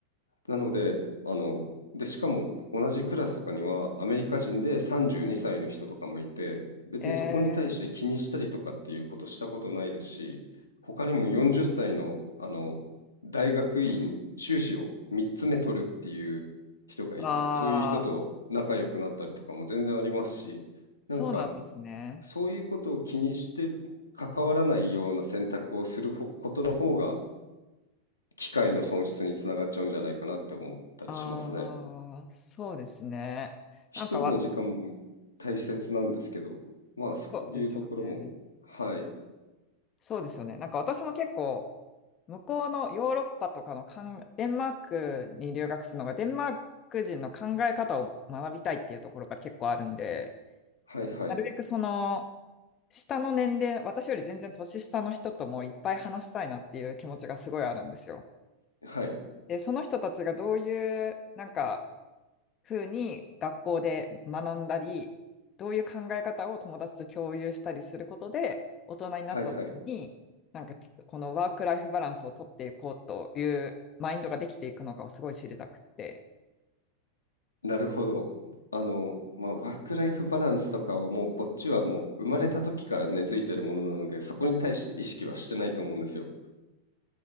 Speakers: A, on the left (about 80°); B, on the left (about 30°).
A: なので、あの、で、しかも同じクラスとかにはアメリカ人で32歳の人とかもいて、別にそこに対して気にしたりとかっていうことしたことないですし、
B: ええ
A: 他にも40歳の、あの、大学院修士を3つ目取るっていう人がいて、
B: わ
A: そういう人と仲良くなったりとかも全然ありますし、
B: あ、そうなんですね。
A: なんかそういうことを気にして関わらないような選択をするほことの方が機会の損失につながっちゃうんじゃないかなって思ったりしますね。
B: ああ、そうですね。
A: 一人の時間も大切なんですけど、
B: なんかわ、
A: まあそういうところも、
B: そうですよね。
A: はい、
B: そうですよね。なんか私も結構、向こうのヨーロッパとかのかん、デンマークに留学するのが、デンマーク人の考え方を学びたいっていうところが結構あるんで、
A: はいはい、
B: なるべくその、下の年齢、私より全然年下の人ともいっぱい話したいなっていう気持ちがすごいあるんですよ。
A: はい、
B: で、その人たちがどういう、なんか、風に学校で学んだり、どういう考え方を友達と共有したりすることで、大人になった時に、
A: はいはい、
B: なんか、このワークライフバランスを取っていこうというマインドができていくのかをすごい知りたくて。
A: なるほど。あの、まあワークライフバランスとかはもうこっちはもう生まれた時から根付いてるものなので、そこに対して意識はしてないと思うんですよ。